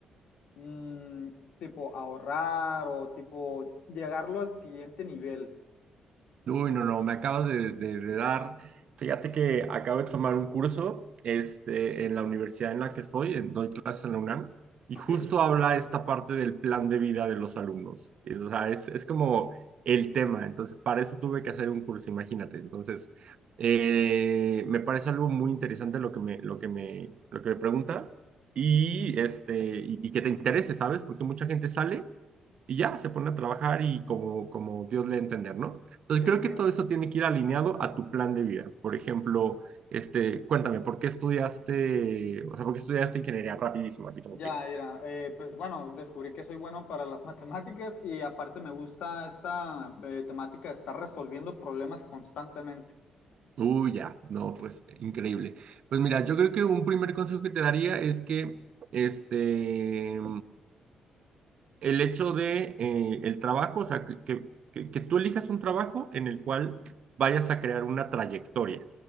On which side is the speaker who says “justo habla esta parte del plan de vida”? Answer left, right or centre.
Right